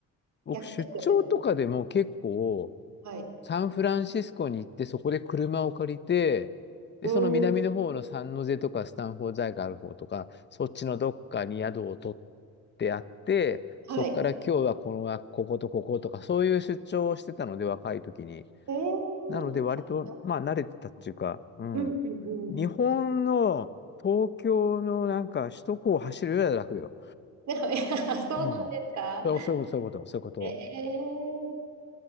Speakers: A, on the left (about 35°); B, on the right (about 65°).
A: 僕出張とかでも結構、
B: 逆ですよねはい
A: サンフランシスコに行って、そこで車を借りて、で、
B: うん
A: その南の方のサンノゼとかスタンフォード大学ある方とか、そっちのどっかに宿を取ってあって、そこから今日はこの学こことこことか、
B: はい
A: そういう出張をしてたので、若い時に。
B: えー、
A: なので、割と、
B: あ
A: まあ、慣れてたっていうか、うん。
B: うんうんうん
A: 日本の東京のなんか首都高を走るよりは楽よ。
B: でもいや <laughs> そうなんですか
A: うん。そうそういうこと、そういうこと、そういうこと。
B: えー、